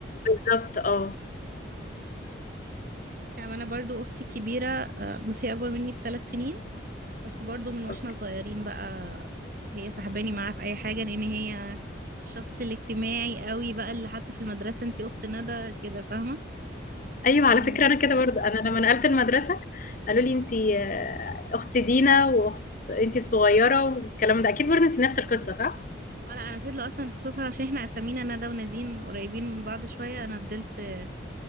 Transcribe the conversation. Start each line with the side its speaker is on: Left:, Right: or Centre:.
Left: بالضبط آه،
Right: يعني انا برضو اختي الكبيره آه، بس هي اكبر مني بثلاث سنين بس برضو من واحنا
Left: أوكي.
Right: صغيرين بقى هي سحباني معاها في اي حاجه لان هي الشخص الاجتماعي قوي بقى اللي حتى في المدرسه انتي اخت ندى كده فاهمه
Left: أيوه
Right: لكن
Left: على فكرة أنا كده برضه، أنا لمّا نقلت المدرسة قالوا لي: "أنتِ أخت دينا وأخت أنتِ الصغيّرة." والكلام ده، أكيد برضه أنتِ نفس القصة صح؟
Right: اه لا انا فضل اصلا خصوصا عشان احنا اسامينا ندى ونادين قريبين من بعض شويه انا فضلت آه،